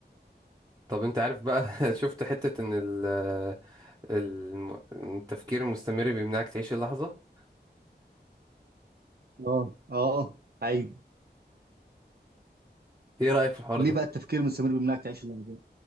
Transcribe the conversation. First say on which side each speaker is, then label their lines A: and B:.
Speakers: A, on the right; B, on the right.
A: طب أنت عارف بقى <laughs> شفت حتة إن ال... الم- التفكير المستمر بيمنعك تعيش اللحظة
B: اه اه ايوه
A: إيه رأيك في الحوار
B: ليه
A: ده؟
B: بقى التفكير المستمر بيمنعك تعيش اللحظه دي؟